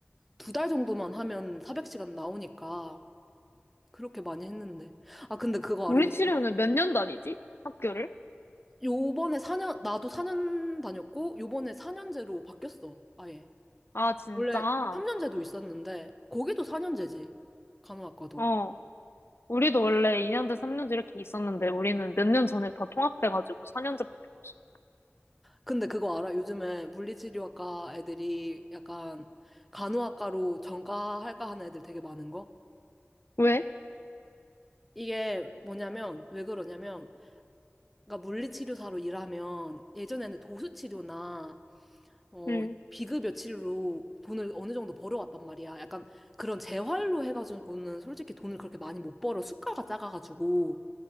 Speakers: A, in the centre; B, on the left.
A: 두달 정도만 하면 400시간 나오니까 그렇게 많이 했는데 아 근데 그거
B: 물리치료는
A: 알아 요즘에
B: 몇 년 다니지? 학교를?
A: 요번에 사년 나도 4년 다녔고 요번에 4년제로 바뀌었어 아예
B: 아, 진짜?
A: 원래 3년제도 있었는데 거기도 4년제지 간호학과도
B: 어. 우리도 원래 2년제, 3년제 이렇게 있었는데 우리는 몇 년 전에 다 통합돼가지고 4년제밖에 없어.
A: 근데 그거 알아? 요즘에 물리치료학과 애들이 약간 간호학과로 전과할까 하는 애들 되게 많은 거?
B: 왜?
A: 이게 뭐냐면, 왜 그러냐면, 그러니까 물리치료사로 일하면 예전에는 도수치료나, 어,
B: 응,
A: 비급 여치료로 돈을 어느 정도 벌어왔단 말이야. 약간 그런 재활로 해가지고는 솔직히 돈을 그렇게 많이 못 벌어. 수가가 작아가지고.